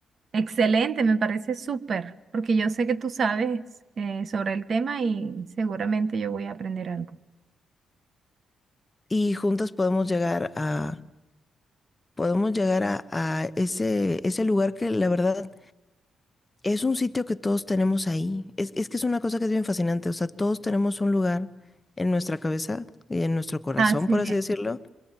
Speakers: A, on the right; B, on the left.
A: Excelente, me parece súper, porque yo sé que tú sabes eh, sobre el tema y seguramente yo voy a aprender algo.
B: Y juntas podemos llegar a podemos llegar a, a ese, ese lugar que la verdad es un sitio que todos tenemos ahí. Es, es que es una cosa que es bien fascinante. O sea, todos tenemos un lugar en nuestra cabeza y en nuestro corazón,
A: Así
B: por así
A: es.
B: decirlo,